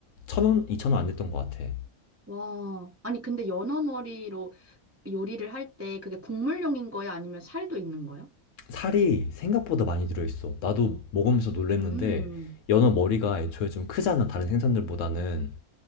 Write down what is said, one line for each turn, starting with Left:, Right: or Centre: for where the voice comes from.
Left: 천 원, 이천 원 안 됐던 것 같아.
Right: 와. 아니, 근데 연어 머리로 요리를 할 때 그게 국물용인 거야? 아니면 살도 있는 거야?
Left: 살이 생각보다 많이 들어있어. 나도 먹으면서 놀랬는데
Right: 음,
Left: 연어 머리가 애초에 좀 크잖아. 다른 생선들보다는.